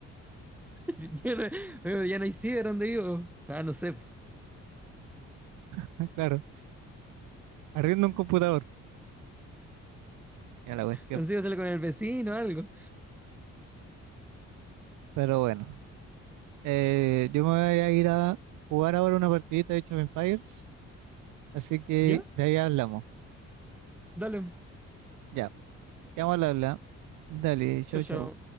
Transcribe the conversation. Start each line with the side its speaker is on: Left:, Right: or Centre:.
Centre: <laughs> ya, no, ya no hay ciber donde vivo. Ah, no sé.
Right: <laughs> claro. Arriendo un computador, ya la cuestión.
Centre: Consígaselo con el vecino o algo.
Right: Pero bueno, eh, yo me voy a ir a jugar ahora una partidita de Age of Empires, así que
Centre: Ya,
Right: de ahí hablamos.
Centre: dale.
Right: Ya, ya vamos a hablar. Dale, chau,
Centre: Chao, chao.
Right: chau.